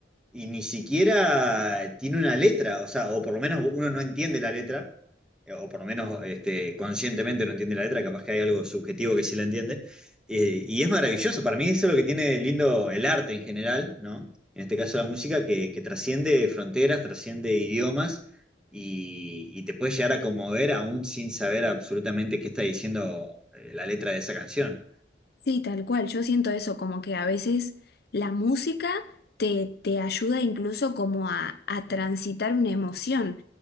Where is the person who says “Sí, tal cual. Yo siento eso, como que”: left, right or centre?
Left